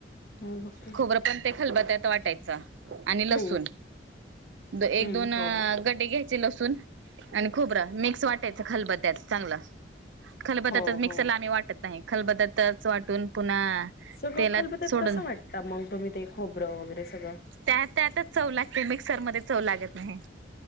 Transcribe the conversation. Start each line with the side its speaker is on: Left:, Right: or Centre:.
Left: ह बके
Right: खोबरं
Left: <unintelligible>
Right: पण ते खलबत्यात वाटायच. आणि लसुण
Left: हम्म
Right: एक
Left: हम्म
Right: दोन
Left: हो हो
Right: कडे घ्यायचे लसूून. आणि खूबर मिक्स वाटायचं खलबत्यात चांगलं. खलबत्यातच
Left: हो
Right: मिक्सरला
Left: हो
Right: आम्ही वाटत नाही. खलबत्यातच वाटून पुन्हा
Left: सगळं
Right: तेलात
Left: खलबत्यात
Right: सोडून
Left: कसं वाटतं मग, तुम्ही ते खोबरं वगैरे सगळं.
Right: त्या त्यात चव लागते. मिक्सरमध्ये चव लागत नाही.